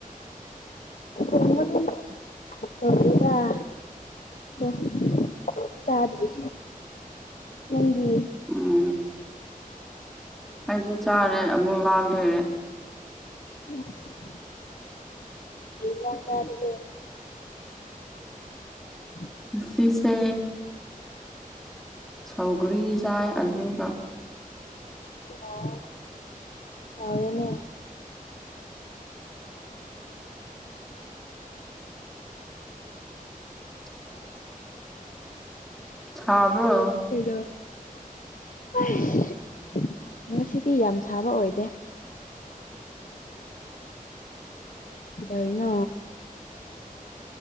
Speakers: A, on the left; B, in the centre.
A: ꯊꯣꯡꯕꯗꯤ ꯂꯣꯏꯗꯔꯤꯗ ꯑꯗꯣ ꯆꯥꯛ ꯆꯥꯗ꯭ꯔꯤ ꯅꯪꯗꯤ
B: ꯎꯝ ꯑꯩꯗꯤ ꯆꯥꯔꯦ ꯑꯃꯨꯛ ꯂꯥꯝꯗꯣꯏꯔꯦ
A: ꯏꯁ ꯀ꯭ꯔꯤ ꯍꯤꯟꯖꯥꯡ ꯆꯥꯔꯒꯦ <inaudible>
B: ꯉꯥꯁꯤꯁꯦ ꯁꯧꯒ꯭ꯔꯤ ꯆꯥꯏ ꯑꯜꯂꯨꯒ
A: ꯑꯣ ꯍꯥꯎꯔꯦꯅꯦ
B: <unintelligible> ꯁꯥꯕ꯭ꯔꯣ
A: ꯀꯩꯅꫭ ꯑꯩꯁ ꯉꯁꯤꯗꯤ ꯌꯥꯝ ꯁꯥꯕ ꯑꯣꯏꯗꯦ
B: <inaudible>
A: ꯀꯩꯗꯧꯔꯤꯅꯣ